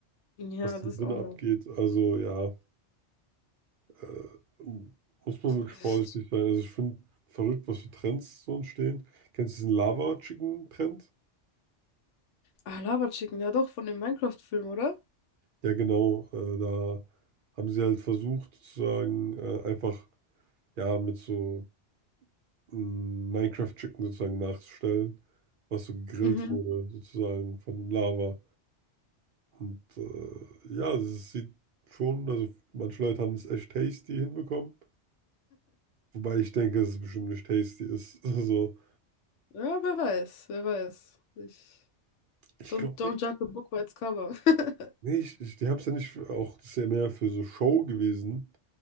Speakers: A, on the left; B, on the right.
A: Ja,
B: was da
A: das
B: drinnen
A: auch noch.
B: abgeht. Also, ja. Äh, Muss man wirklich
A: Das
B: vorsichtig
A: ist-
B: sein. Also ich finde verrückt, was für Trends so entstehen. Kennst du diesen Lava-Chicken-Trend?
A: Ah, Lava Chicken, ja doch, von dem Minecraft-Film, oder?
B: Ja, genau. Äh, da haben sie halt versucht, sozusagen äh, einfach ja mit so mh, Minecraft-Chicken sozusagen nachzustellen, was so gegrillt
A: Mhm.
B: wurde, sozusagen von Lava. Und äh, ja, also es sieht schon, also manche Leute haben es echt tasty hinbekommen. Wobei ich denke, dass es bestimmt nicht tasty ist. <laughs> Also,
A: Ja, wer weiß, wer weiß. Ich...
B: ich
A: Don't,
B: glaube
A: don't judge a book by its cover. <laughs>
B: Nee, ich, ich, die haben es ja nicht für, auch, das ist ja mehr für so Show gewesen